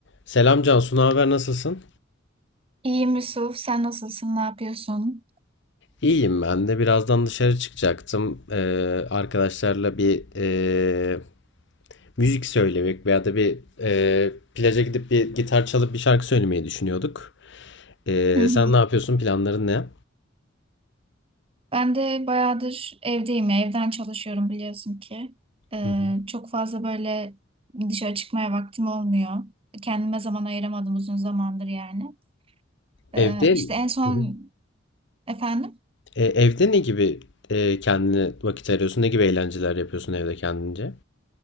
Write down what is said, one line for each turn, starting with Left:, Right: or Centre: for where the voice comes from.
Left: Selam Cansu, ne haber, nasılsın?
Right: İyiyim Yusuf, sen nasılsın, ne yapıyorsun?
Left: İyiyim ben de. Birazdan dışarı çıkacaktım. Ee, arkadaşlarla bir e, müzik söylemek veya da bir e, plaja gidip bir gitar çalıp bir şarkı söylemeyi düşünüyorduk. Ee,
Right: Hı hı.
Left: sen ne yapıyorsun? Planların ne?
Right: Ben de bayağıdır evdeyim, ya, evden çalışıyorum biliyorsun ki. Ee,
Left: Hı hı.
Right: çok fazla böyle dışarı çıkmaya vaktim olmuyor. Kendime zaman ayıramadım uzun zamandır yani. Ee,
Left: Evde
Right: işte en son
Left: Hı hı.
Right: efendim.
Left: E, evde ne gibi e, kendine vakit ayırıyorsun? Ne gibi eğlenceler yapıyorsun evde kendince?